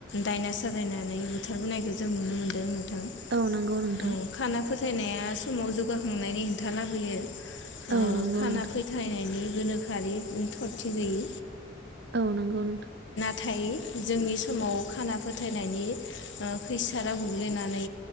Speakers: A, on the left; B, on the right.
A: दायना साजायनानै बुथारबोनायखौ जों नुनो मोन्दों नोंथां।
B: औ नों नंगौ नोंथां।
A: औ खाना फोथायनाया समाव जौगाखांनायनि हेंथा लाबोयो। ओ
B: औ नंगौ
A: खाना
B: नोंथां
A: फोथायनायनि गोनोखोआरि थरथि गैयि,
B: औ नंगौ नोंथां।
A: थायो जोंनि समाव खाना फोथायनायनि ओ खैसाराव गोग्लैनानै